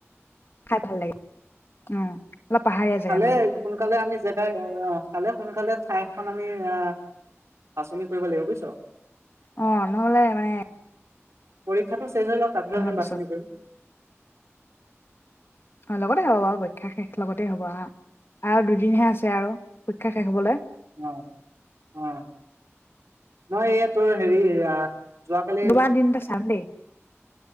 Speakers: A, on the left (about 50°); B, on the right (about 75°).
A: খাই ভাল লাগে। অ অলপ পাহাৰীয়া জেগাত
B: খালে
A: মানে
B: সোনকালে আমি জেগাই আহ খালে সোনকালে ঠাইখন আমি আহ বাচনি কৰিব লাগিব বুজিছ
A: অ নহ'লে মানে
B: পৰীক্ষা তে হৈ লওক তাততেৈ
A: নহয়
B: আম বাছনি
A: পিছত
B: কৰিম
A: অ লগতে হব বাৰু শেষ লগতে হব আহ আৰু দু দিনহে আছে আৰু পা শেষ হবল
B: উ উম মই এইয় তোৰ হেৰি। যোৱাকালি
A: দুবাৰ দ ত চামে